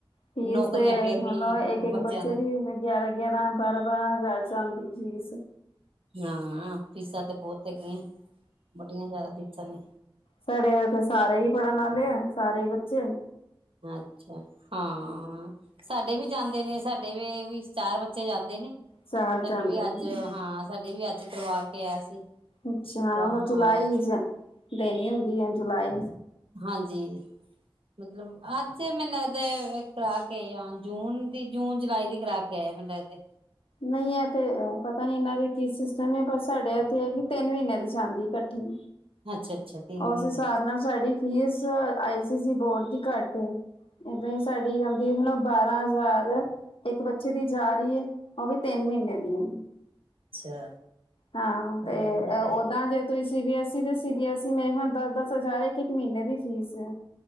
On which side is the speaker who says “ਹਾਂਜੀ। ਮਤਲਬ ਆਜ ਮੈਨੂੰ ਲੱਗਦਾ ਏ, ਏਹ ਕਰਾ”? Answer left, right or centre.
Right